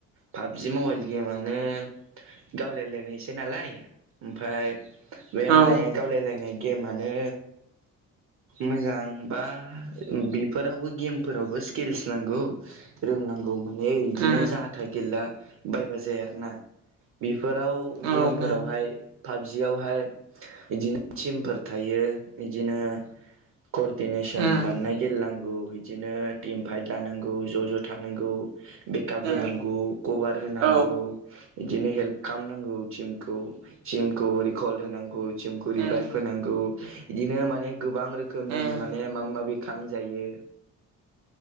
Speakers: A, on the right; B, on the right.
A: पाबजि मबाइल गेमानो गावलायलायनायसै नालाय। ओमफाय बे
B: औ
A: माने गावलायलायनाय गेमानो मोजां बा बेफोरावबो गेमफोरावबो स्किल्स नांगौ। रोंनांगौ माने बिदिनो
B: उम
A: जाथा गेलला बायबा जाया आरो ना। बेफोराव
B: औ उम
A: गेमफोरावहाय पाबजियावहाय इदिनो थिमफोर थायो। इदिनो कडिनेसन
B: उम
A: बानायनाय गेलेनांगौ। बिदिनो टिम फाइद लानां गौ, ज' ज' थानांगौ बेकआप
B: उम
A: होनांगौ। कभार होनांगौ।
B: औ
A: इदिनो हेल्प खामनांगौ टिमखौ। टिमखौ रिकल होनांगौ, टिमखौ
B: उम
A: रिभाइभ होनांगौ, इदिनो माने गोबां रो रोखोमनि
B: उम
A: माने माबा माबि खाम जायो।